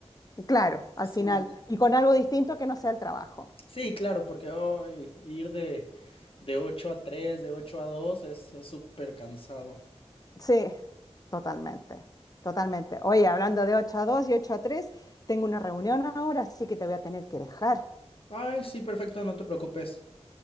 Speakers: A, on the left; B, on the left.
A: Claro, al
B: Sí.
A: final, y con algo distinto que no sea el trabajo.
B: Sí, claro, porque ay, ir de, de 8 a 3 de 8 a 2 es es súper cansado.
A: Sí, totalmente, totalmente. Oye, hablando de 8 a 2 y 8 a 3, tengo una reunión ahora, así que te voy a tener que dejar.
B: Ay, sí, perfecto, no te preocupes.